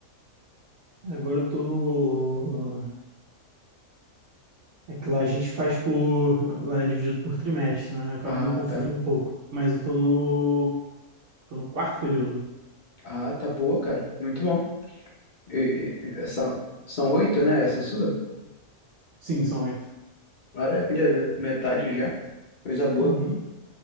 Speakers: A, on the right; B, on the left.
A: Agora eu tô no. É que lá a gente faz por. Lá é dividido por trimestre, né? Eu acabo
B: Ah,
A: me confundindo
B: tá.
A: um pouco. Mas eu tô no. Tô no quarto período.
B: Ah, tá boa, cara. Muito bom. E, e- e- é, são, são oito, né? Essa sua?
A: Sim, são oito.
B: Maravilha, me- metade já. Coisa boa.
A: Uhum.